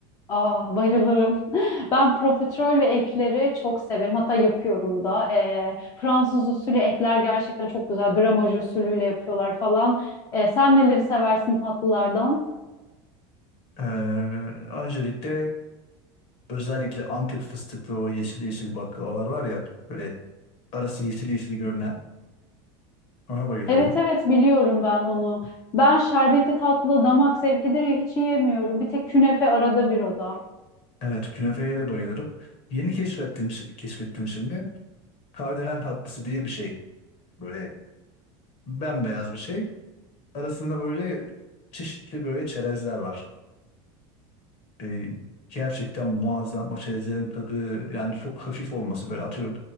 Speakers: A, on the left; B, on the left.
A: Ah, bayılırım. <laughs> Ben profiterol ve ekleri çok severim. Hatta yapıyorum da. Ee, Fransız usulü ekler gerçekten çok güzel. Gramaj usulüyle yapıyorlar falan. Ee, sen neleri seversin tatlılardan?
B: Eee, öncelikle Özellikle Antep fıstıklı o yeşil yeşil baklavalar var ya böyle arası yeşil yeşil görünen ona bayılıyorum.
A: Evet evet biliyorum ben onu. Ben şerbeti tatlı damak zevkidir ya hiç yiyemiyorum. Bir tek künefe arada bir o da.
B: Evet künefeye de bayılırım. Yeni keşfettim, keşfettim şimdi. Kardelen tatlısı diye bir şey. Böyle bembeyaz bir şey. Arasında böyle çeşitli böyle çerezler var. Ee, gerçekten muazzam o çerezlerin tadı yani çok hafif olması böyle atıyorum